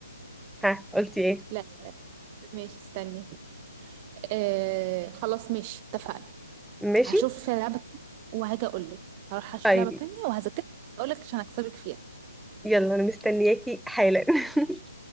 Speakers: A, in the centre; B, on the right (about 25°).
A: ها قلتي ايه
B: لا لا ماشي استني آه خلاص ماشي اتفقنا
A: ماشي
B: هشوف لعبة وهاجي اقول لك هروح اشوف
A: طيب
B: لعبة تانية وهذاكر اقول لك عشان اكسبك فيها
A: يلا انا مستنياكي حالا <laughs>